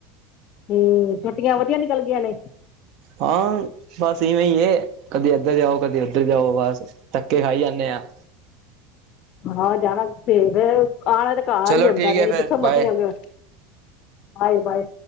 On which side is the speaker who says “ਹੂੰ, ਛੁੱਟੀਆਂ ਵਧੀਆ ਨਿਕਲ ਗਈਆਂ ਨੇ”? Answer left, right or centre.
Left